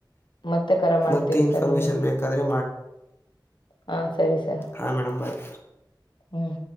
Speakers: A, on the left (about 80°); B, on the left (about 30°).
A: ಮತ್ತೆ ಕರೆ ಮಾಡ್ತೀವಿ
B: ಮತ್ತೆ ಇನ್ಫಾರ್ಮೇಶನ್
A: ಸರ್ ನಿಮ್ಗೆ
B: ಬೇಕಾದ್ರೆ
A: ಹಾ ಸರಿ ಸರ್.
B: ಹಾ ಮೇಡಮ್ ಬಾಯ್.
A: ಹ್ಮ್.